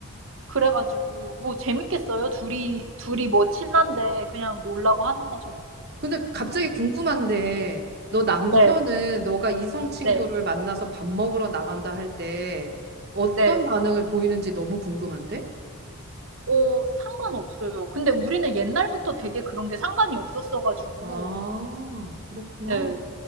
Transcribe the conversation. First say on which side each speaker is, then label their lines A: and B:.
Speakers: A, on the right; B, on the right.
A: 그래가지고, 뭐 재밌겠어요? 둘이, 둘이 뭐 친한데 그냥 놀라고 하는 거죠.
B: 근데 갑자기 궁금한데, 너 남편은
A: 네,
B: 너가 이성 친구를
A: 네,
B: 만나서 밥 먹으러 나간다 할 때 어떤
A: 네.
B: 반응을 보이는지 너무 궁금한데?
A: 어, 상관없어요. 근데 우리는 옛날부터 되게 그런 게 상관이 없었어가지고,
B: 아, 그렇구나.
A: 네,